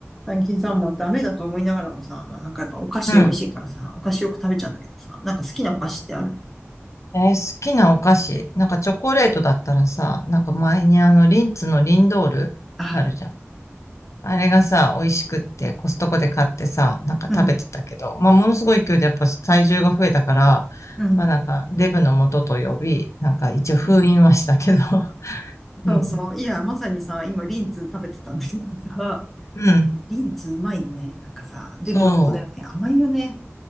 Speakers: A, in the centre; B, on the left.
A: 最近さ、まあダメだと思いながらもさ、まあなんかやっぱお菓子美味しいからさ、
B: うん。
A: お菓子よく食べちゃうんだけどさ、なんか好きなお菓子ってある
B: えー好きなお菓子。なんかチョコレートだったらさ、なんか前にあのリンツのリンドールあるじゃん。
A: ああ
B: あれがさ、美味しくってコストコで買ってさ、なんか食べてたけど、
A: うん、
B: まあものすごい勢いでやっぱ体重が増えたから、
A: うん。
B: まあなんかデブの元と呼び、なんか一応封印はしたけど、<laughs> うん。
A: そうそう。いや、まさにさ、今リンツ食べてたんだけどさ、
B: うん。
A: リンツうまいよね。なんかさ、デブの元だよね。
B: そ
A: 甘いよね。